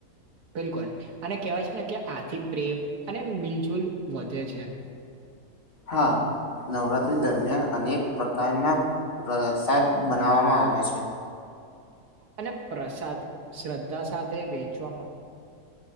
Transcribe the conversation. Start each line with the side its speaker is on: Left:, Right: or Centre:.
Right: બિલકુલ અને કહેવાય છે ને કે આથી પ્રેમ અને મિલજુલ વધે છે.
Left: હા. નવરાત્રી દરમિયાન અનેક પ્રકારના પ્રસાદ બનાવવામાં આવે છે.
Right: અને પ્રસાદ શ્રદ્ધા સાથે વેચવામાં